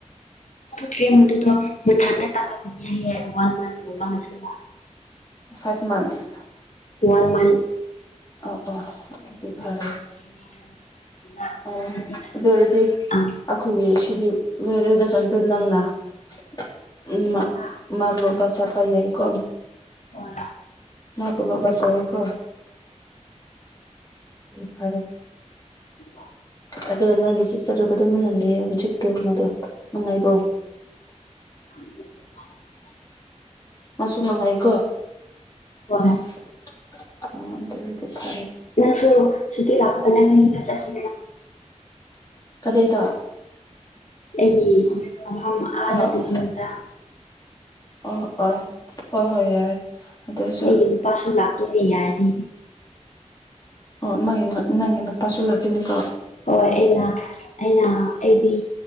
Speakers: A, on the left (about 75°); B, on the left (about 30°).
A: ꯇ꯭ꯔꯦ ꯃꯗꯨꯗꯣ ꯃꯊꯁ ꯇꯥꯛꯂꯒꯅꯤ ꯍꯥꯏꯌꯦ ꯋꯥꯟ ꯃꯟꯒꯨꯝꯕ ꯃꯊꯟꯇ
B: ꯐꯥꯏꯚ ꯃꯥꯟꯁ
A: ꯋꯥꯟ ꯃꯥꯟ
B: ꯑꯣ ꯑꯣꯗꯤ ꯐꯔꯦ
A: ꯑꯣꯏꯒꯗꯧꯕꯅꯤ ꯍꯥꯏꯕꯗꯨ ꯃꯊꯟꯗ
B: ꯑꯣ
A: ꯁ꯭ꯇꯤꯆꯤꯡ ꯑꯗꯨꯝ
B: ꯑꯗꯨ ꯑꯣꯏꯔꯗꯤ ꯑꯩꯈꯣꯏꯒꯤ
A: ꯑꯥ
B: ꯁꯤꯗꯤ ꯂꯣꯏꯔꯦꯗ ꯀꯟꯇ ꯅꯪꯅ
A: ꯍꯥ
B: ꯎ ꯆꯄꯥꯏ ꯌꯥꯏꯀꯣ
A: ꯑꯣ
B: ꯅꯕꯨꯂꯧꯕ ꯆꯀ ꯐꯔꯦ
A: ꯏ <inaudible>
B: ꯑꯗꯨꯒ ꯅꯪꯒꯤ ꯆꯤꯠ ꯆꯗ ꯀꯝꯍꯜꯂ ꯍꯧꯖꯤꯛꯇꯨ ꯃꯗꯣ ꯅꯨꯡꯉꯥꯏꯕ꯭ꯔꯣ
A: <inaudible>
B: ꯃꯥꯁꯨ ꯅꯨꯡꯉꯥꯏꯀꯣ
A: ꯍꯣꯏ
B: <unintelligible>
A: ꯅꯁꯨ ꯁꯨꯇꯤ ꯂꯥꯛꯄꯗꯅꯦ ꯆꯁꯤ
B: ꯀꯗꯥꯏꯗ
A: ꯑꯩꯒꯤ ꯑꯥꯗ
B: ꯑ
A: ꯇꯃꯦꯡꯂꯣꯡꯗ
B: ꯑꯣ ꯑꯣ ꯍ ꯍꯣꯏ ꯌꯥꯏ ꯑꯗꯨꯁꯨ
A: ꯑꯩꯒꯤ ꯅꯨꯄꯥꯁꯨ ꯂꯥꯛꯇꯣꯏ ꯑꯩ ꯍꯥꯏꯔꯗꯤ
B: ꯑꯣ ꯃꯥꯒꯤ ꯅꯪꯒꯤ ꯅꯨꯄꯥꯁꯨ ꯂꯥꯛꯀꯅꯤꯀꯣ
A: ꯍꯣꯏ ꯑꯩꯅ ꯑꯩꯅ ꯑꯩꯗꯤ